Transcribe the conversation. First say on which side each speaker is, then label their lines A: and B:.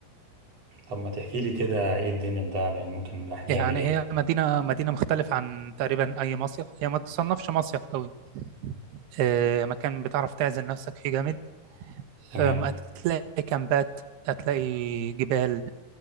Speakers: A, on the right; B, on the right.
A: طب ما تحكي لي كده ايه الدنيا ده يعني ممكن الواحد
B: يعني
A: يعمل ايه
B: هي مدينة مدينة مختلفة عن تقريبا أي مصيف هي ما تصنفش مصيف أوي إيه مكان بتعرف تعزل نفسك فيه جامد
A: تمام
B: أم، هتلاقي كامبات هتلاقي جبال